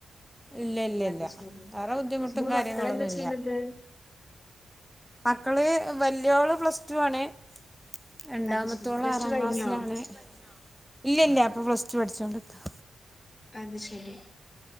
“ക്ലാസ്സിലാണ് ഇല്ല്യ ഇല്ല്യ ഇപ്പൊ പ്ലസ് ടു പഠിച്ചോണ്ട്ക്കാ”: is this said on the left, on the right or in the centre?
Centre